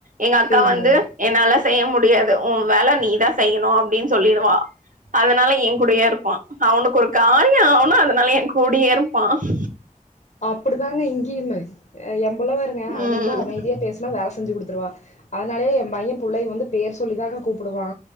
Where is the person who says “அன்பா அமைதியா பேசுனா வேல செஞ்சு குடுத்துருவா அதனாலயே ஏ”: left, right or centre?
Left